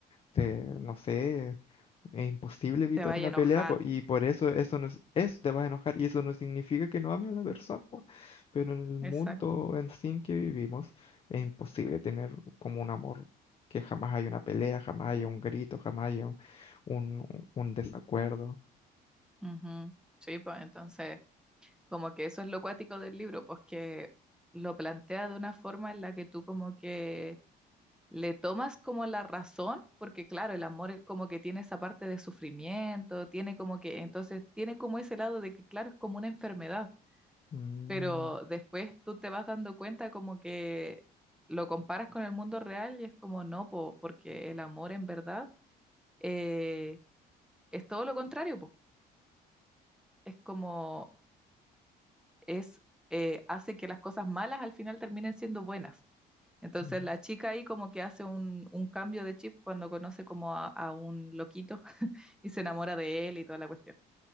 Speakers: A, on the left; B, in the centre.
A: te- no sé, es imposible evitar
B: te vaya
A: una
B: a enojar.
A: pelea po, y por eso eso no, es- eso te vas a enojar y eso no significa que no ame a la persona, po. Pero en el mundo
B: Exacto.
A: en sí en que vivimos es imposible tener como un amor que jamás hay una pelea, jamás hay un grito, jamás hay un, un- un desacuerdo.
B: Ujú. Sí, pues entonces, como que eso es lo cuático del libro, pues que lo plantea de una forma en la que tú como que le tomas como la razón, porque claro, el amor es como que tiene esa parte de sufrimiento, tiene como que, entonces tiene como ese lado de que claro, es como una enfermedad,
A: Mm,
B: pero después tú te vas dando cuenta como que lo comparas con el mundo real y es como no, po, porque el amor en verdad eh, es todo lo contrario, po es como es eh, hace que las cosas malas al final terminen siendo buenas. Entonces
A: mm.
B: la chica ahí como que hace un, un cambio de chip cuando conoce como a, a un loquito <laughs> y se enamora de él y toda la cuestión.